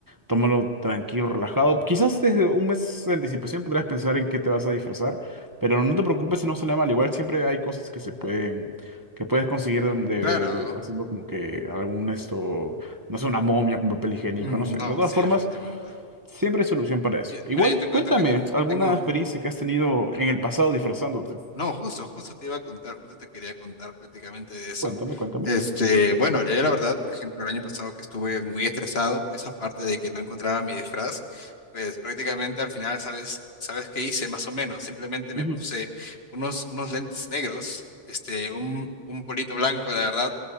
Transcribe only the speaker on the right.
tómalo tranquilo, relajado. Quizás desde un mes de anticipación podrías pensar en qué te vas a disfrazar, pero no te preocupes si no sale mal. Igual siempre hay cosas que se pueden que puedes conseguir de, de-
de- haciendo como que algún esto, no sé, una momia con papel higiénico,
no sé.
De todas
formas,
siempre hay solución para eso.
Igual,
cuéntame
alguna
experiencia que has tenido en el pasado disfrazándote.
Cuéntame, cuéntame.
Ujú.